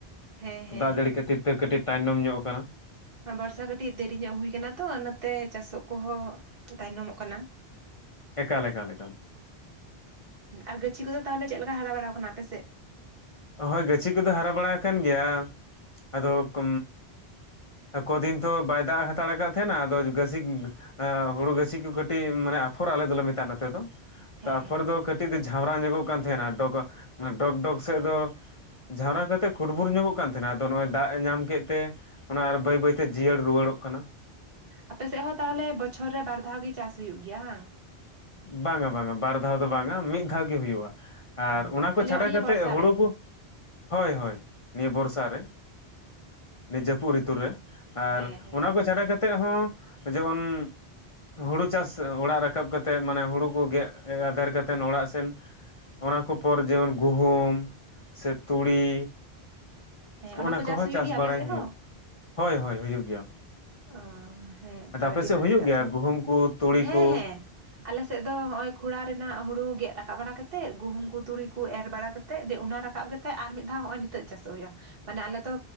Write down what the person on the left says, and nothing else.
ᱫᱟᱜ ᱡᱟᱹᱲᱤ ᱠᱷᱟᱹᱛᱤᱨ ᱛᱮ ᱠᱟᱹᱴᱤᱡ ᱛᱟᱭᱱᱚᱢ ᱧᱚᱜ ᱠᱟᱱᱟ᱾
ᱮᱠᱟᱞ ᱮᱠᱟᱞ ᱮᱠᱟᱞ᱾
ᱦᱳᱭ ᱜᱟᱹᱪᱷᱤ ᱠᱚᱫᱚ ᱦᱟᱨᱟ ᱵᱟᱲᱟ ᱠᱟᱱ ᱜᱮᱭᱟ ᱟᱫᱚ ᱠᱚ ᱠᱚᱫᱤᱱ ᱛᱚ ᱵᱟᱭ ᱫᱟᱜ ᱦᱟᱛᱟᱲ ᱠᱟᱜ ᱛᱟᱦᱮᱱᱟ ᱟᱫᱚ ᱜᱟᱹᱥᱤ ᱦᱩᱲᱩ ᱜᱟᱹᱪᱥᱤ ᱠᱚ ᱠᱟᱹᱴᱤᱡ ᱢᱟᱱᱮ ᱟᱯᱷᱚᱨ ᱟᱞᱮ ᱫᱚᱞᱮ ᱢᱮᱛᱟᱜᱼᱟ ᱱᱚᱛᱮ ᱫᱚ᱾
ᱛᱚ ᱟᱯᱷᱚᱨ
ᱫᱚ ᱠᱟᱹᱴᱤᱡ ᱫᱚ ᱡᱷᱟᱣᱨᱟ ᱧᱚᱜᱚᱜ ᱠᱟᱱ ᱛᱟᱦᱮᱱᱟ ᱰᱚᱜᱚ ᱰᱚᱜᱽ ᱰᱚᱜᱽ ᱥᱮᱡ ᱫᱚ ᱡᱷᱟᱟᱣᱨᱟ ᱠᱟᱛᱮᱜ ᱠᱷᱩᱴᱵᱩᱨ ᱧᱚᱜᱚᱜ ᱠᱟᱱ ᱛᱟᱦᱮᱸᱱᱟ ᱟᱫᱚ ᱱᱚᱜ ᱚᱭ ᱫᱟᱜ ᱮ ᱧᱟᱢ ᱠᱮᱫ ᱛᱮ ᱚᱱᱟ ᱵᱟᱹᱭ ᱵᱟᱹᱭᱛᱮ
ᱡᱤᱭᱟᱹᱲ ᱨᱩᱣᱟᱹᱲᱚᱜ ᱠᱟᱱᱟ
ᱵᱟᱝᱟ ᱵᱟᱝᱟ ᱵᱟᱨ ᱫᱷᱟᱣ ᱫᱚ ᱵᱟᱝᱟ ᱢᱤᱫ ᱫᱷᱟᱣ ᱜᱮ ᱦᱩᱭᱩᱜᱼᱟ ᱟᱨ
ᱚᱱᱟ
ᱠᱚ ᱪᱷᱟᱰᱟ
ᱠᱟᱛᱮᱫ
ᱦᱩᱲᱩ
ᱠᱚ ᱦᱳᱭ ᱦᱳᱭ ᱱᱤᱭᱟᱹ ᱵᱚᱨᱥᱟ ᱨᱮ ᱱᱤ ᱡᱟᱹᱯᱩᱫ ᱨᱤᱛᱩ ᱨᱮ ᱟᱨ
ᱚᱱᱟ ᱠᱚ ᱪᱷᱟᱰᱟ ᱠᱟᱛᱮ ᱛᱮ ᱦᱚᱸ ᱡᱮᱢᱚᱱ ᱦᱩᱲᱩ ᱪᱟᱥ ᱚᱲᱟᱜ ᱨᱟᱠᱟᱵ ᱠᱟᱛᱮ ᱛᱮ ᱢᱟᱱᱮ ᱦᱩᱲᱩ ᱠᱚ ᱜᱮᱫ ᱟᱫᱮᱨ ᱠᱟᱛᱮᱮᱫ ᱚᱲᱟᱜ ᱥᱮᱱ ᱚᱱᱟ ᱠᱚ ᱯᱚᱨ ᱡᱮᱢᱚᱱ ᱜᱩᱦᱩᱢ ᱥᱮ ᱛᱩᱲᱤ
ᱚᱱᱟ
ᱠᱚᱦᱚᱸ
ᱪᱟᱥ
ᱵᱟᱲᱟᱭ
ᱦᱩᱭᱩᱜ
ᱦᱳᱭ ᱦᱳᱭ ᱦᱩᱭᱩᱜ ᱜᱮᱭᱟ
ᱟᱫᱚ
ᱟᱯᱮ
ᱥᱮᱫ
ᱦᱩᱭᱩᱜ
ᱜᱮᱭᱟ ᱜᱩᱦᱩᱢ ᱠᱚ ᱛᱩᱲᱤ
ᱠᱚ